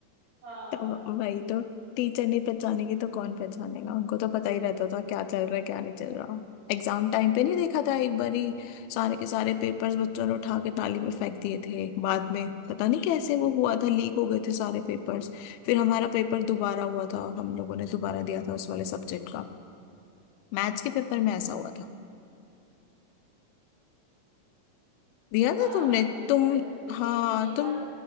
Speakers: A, on the right (about 55°); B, on the left (about 90°).
A: हाँ
B: तो वही तो टीचर नहीं पहचानेगी तो कौन पहचानेगा उनको तो पता ही रहता था क्या चल रहा है क्या नहीं चल रहा एग्जाम टाइम पे नहीं देखा था एक बार ही सारे के सारे पेपर्स बच्चों ने उठा के नाली में फेंक दिए थे बाद में पता नहीं कैसे वो हुआ था लीक हो गए थे सारे पेपर्स फिर हमारा पेपर दोबारा हुआ था हम लोगों ने दोबारा दिया था उस वाले सब्जेक्ट का मैथ्स के पेपर में ऐसा हुआ था दिया था
A: हाँ
B: तुमने
A: ये
B: तुम
A: तो है लेकिन
B: हाँ
A: ये बात
B: तुम